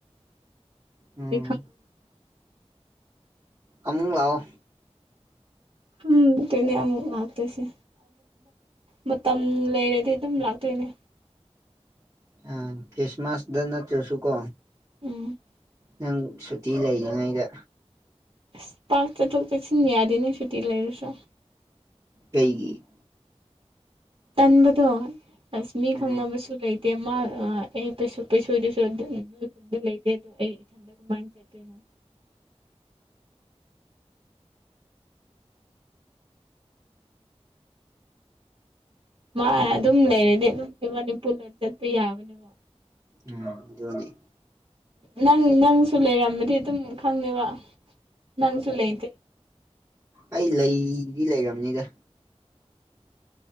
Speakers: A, on the right; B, on the right.
A: ꯎꯝ
B: ꯈꯪ <unintelligible> <inaudible>
A: ꯑꯃꯨꯛ ꯂꯥꯛꯑꯣ
B: ꯈꯪꯗꯦꯅꯦ ꯑꯃꯨꯛ ꯂꯥꯛꯇꯣꯏꯁꯦ ꯃꯇꯝ ꯂꯩꯔꯗꯤ ꯑꯗꯨꯝ ꯂꯥꯛꯇꯣꯏꯅꯦ
A: ꯎꯝ ꯈ꯭ꯔꯤꯁꯃꯥꯁꯗ ꯅꯠꯇꯔ꯭ ꯁꯨꯀꯣ
B: ꯎꯝ <unintelligible> <inaudible>
A: ꯅꯪ ꯁꯨꯇꯤ ꯂꯩꯔꯤꯉꯩꯗ
B: ꯑꯁ ꯄꯥꯛ ꯆꯠꯊꯣꯛ ꯆꯠꯁꯤꯟ ꯌꯥꯗꯦꯅꯦ ꯁꯨꯇꯤ ꯂꯩꯔꯁꯨ <inaudible>
A: ꯀꯩꯒꯤ
B: ꯇꯟꯕꯗꯣ ꯑꯁ ꯃꯤ
A: ꯎꯝ
B: ꯈꯪꯅꯕꯁꯨ ꯂꯩꯇꯦ ꯃꯥ ꯑꯩ ꯄꯩꯁ ꯄꯩꯁꯣꯏꯗꯨꯁꯨ ꯂꯩꯇꯦ ꯑꯗꯣ ꯑꯩ ꯏꯊꯟꯗ ꯀꯃꯥꯏꯅ ꯆꯠꯇꯣꯏꯅꯣ ꯃꯥꯅ ꯑꯗꯨꯝ ꯂꯩꯔꯗꯤ ꯑꯗꯨꯝ ꯏꯕꯅꯤ ꯄꯨꯟꯅ ꯆꯠꯄ ꯌꯥꯕꯅꯦꯕ
A: ꯎꯝ ꯑꯗꯨꯅꯤ
B: ꯅꯪ ꯅꯪꯁꯨ ꯂꯩꯔꯝꯃꯗꯤ ꯑꯗꯨꯝ ꯈꯪꯅꯦꯕ ꯅꯪꯁꯨ ꯂꯩꯇꯦ
A: ꯑꯩ ꯂꯩꯗꯤ ꯂꯩꯔꯝꯅꯤꯗ